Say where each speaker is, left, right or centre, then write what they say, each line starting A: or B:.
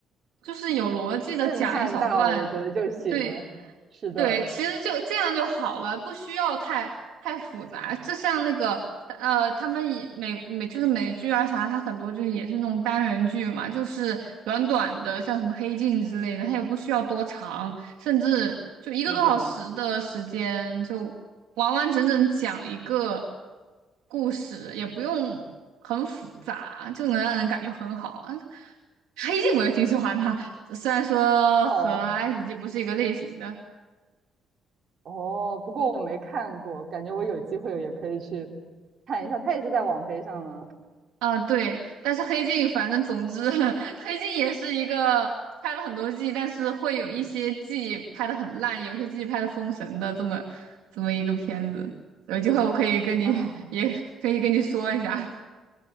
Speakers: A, on the right; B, on the right.
A: 就是有逻辑的讲一小段，
B: 震撼到，我觉得就行了。
A: 对。
B: 是的，
A: 对，其实就这样就好了，不需要太太复杂。就像那个呃，他们以美美就是美剧啊啥，它很多就是也是那种单元剧嘛，就是短短的，像什么《黑镜》之类的，它也不需要多长，甚至就一个多小时的时间，
B: 是的，
A: 就完完整整讲一个故事，也不用很复杂，就能让人感觉很好啊。<laughs> 黑镜我也挺喜欢它，虽然说和爱死机不是一个类型的。
B: 哦啊哦，不过我没看过，感觉我有机会也可以去看一下。它也是在网飞上吗？
A: 啊，对，但是黑镜，反正总之，<laughs> 黑镜也是一个拍了很多季，但是会有一些季拍的很烂，有些季拍的封神的这么这么一个片子。有机会我可以跟你
B: 唉，
A: <laughs> 也可以跟你说一下。